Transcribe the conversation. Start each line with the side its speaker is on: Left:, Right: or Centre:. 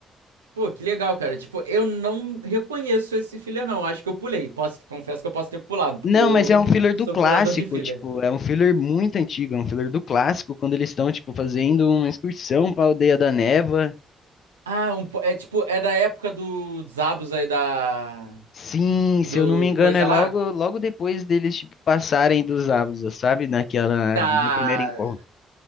Right: Pô, que legal, cara. Tipo, eu não reconheço esse filler, não. Acho que eu pulei. Posso, confesso que eu posso ter pulado, porque
Left: Não,
Right: eu,
Left: mas é um filler
Right: eu
Left: do
Right: sou
Left: clássico,
Right: pulador de filler.
Left: tipo, é um filler muito antigo, é um filler do clássico, quando eles estão, tipo, fazendo uma excursão pra Aldeia da Neva.
Right: Ah, um po- é tipo, é da época do Zabos aí da
Left: Sim, se
Right: do
Left: eu não me engano,
Right: coisa
Left: é logo,
Right: lá?
Left: logo depois deles, tipo, passarem dos Abusas, sabe? Naquela,
Right: Tá.
Left: no primeiro encontro.